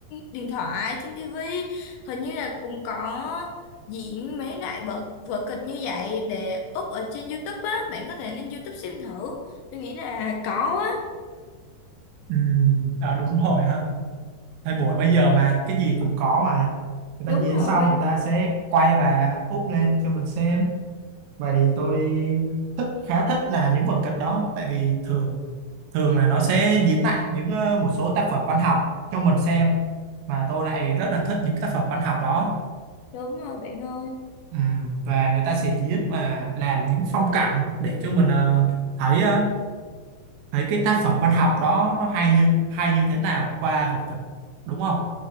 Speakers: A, on the left; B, on the right.
A: điện thoại, trên tivi. Hình như là cũng có diễn mấy loại vở vở kịch như vậy để up ở trên YouTube á, bạn có thể lên YouTube xem thử. Tôi nghĩ là có á.
B: ừ, à, đúng rồi ha thời buổi bây giờ mà cái gì cũng có mà người
A: Đúng
B: ta diễn
A: rồi.
B: xong người ta sẽ quay và úp lên cho mình xem vậy thì tôi thích khá thích là những vở kịch đó tại vì thường thường là nó sẽ diễn lại những ờ, một số tác phẩm văn học cho mình xem mà tôi lại rất là thích những tác phẩm văn học đó
A: Đúng rồi bạn ơi,
B: Ừ, và người ta sẽ diễn và làm những phong cảnh để cho mình ờ, thấy ờ, thấy cái tác phẩm văn học đó nó hay như hay như thế nào qua vở kịch đúng không?